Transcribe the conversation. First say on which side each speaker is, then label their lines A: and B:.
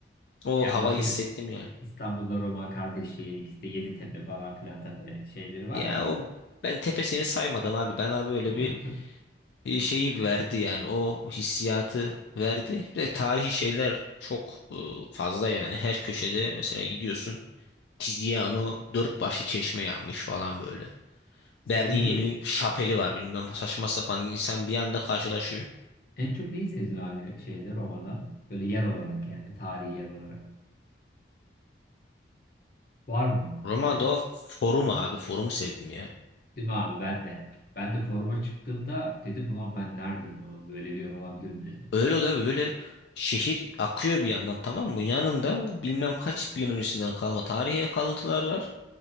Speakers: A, on the left; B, on the left.
A: O
B: Ya
A: havayı
B: o şey
A: hissettim ya.
B: İstanbul'da Roma kardeş şehir ikisi de Yeditepe falan filan tabii şeyleri var
A: Ya
B: da.
A: o ben tepesini saymadım abi. Bana böyle
B: <laughs>
A: bir bir şeyi verdi yani. O hissiyatı verdi. Bir de tarihi şeyler çok e, fazla yani. Her köşede mesela gidiyorsun. Tiziano dört başlı çeşme yapmış falan böyle.
B: Mesela
A: Bernini'nin
B: en çok
A: şapeli var bilmem saçma sapan insan bir anda karşılaşıyor.
B: en çok neyi sevdin abi şeyde Roma'da? Böyle yer olarak yani tarihi yer olarak. Var mı
A: Roma
B: böyle?
A: Doğa Forum abi forumu sevdim ya.
B: Değil mi abi ben de. Ben de foruma çıktığımda dedim ulan ben neredeyim abi böyle bir yer olabilir mi dedim.
A: Öyle
B: ya.
A: de böyle şehir akıyor bir yandan tamam mı? Yanında bilmem kaç bin öncesinden kalma tarihi kalıntılar var.